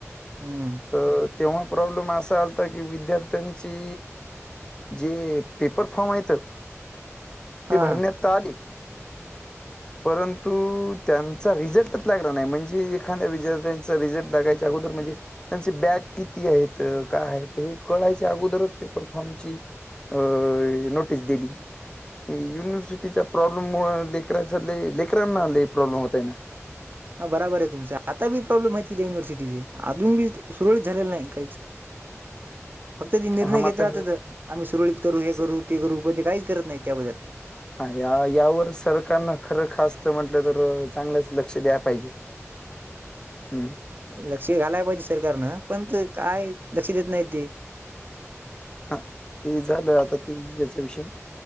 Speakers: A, on the right; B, on the left.
A: हम्म.
B: तर तेव्हा प्रॉब्लेम असा आलता की विद्यार्थ्यांची जे पेपर फॉर्म आहेत
A: हा
B: ते भरण्यात आले.
A: <unintelligible>
B: परंतु त्यांचा रिझल्टच लागला नाही. म्हणजे एखाद्या विद्यार्थ्यांचा रिझल्ट लागायच्या अगोदर म्हणजे त्यांचे बॅग किती आहेत काय आहेत हे कळायचे अगोदरच पेपर फॉमची अ नोटीस दिली. युनिव्हर्सिटीचा प्रॉब्लेम मुळे लेकराचा लेकरांना लय प्रॉब्लेम होतय ना.
A: हा बराबर आहे तुमच. आता बी प्रॉब्लेम आहे ति युनिव्हर्सिटीचे. अजून बी सुरळीत झालेल नाही काहीच. फक्त ते निर्णय
B: हां, मात्र
A: घेत राहात्यात. आम्ही सुरळीत करू. हे
B: स
A: करू ते करू. पण ते काहीच करत नाही त्याबद्दल.
B: हा या यावर सरकारन खर खास म्हटल तर चांगलच लक्ष द्या पाहिजे.
A: <inaudible>
B: हम्म
A: लक्ष घालायला पाहिजे सरकारन. पण त काय लक्ष देत नाही ते.
B: हा ते झाल. आता ते याच्या विषयी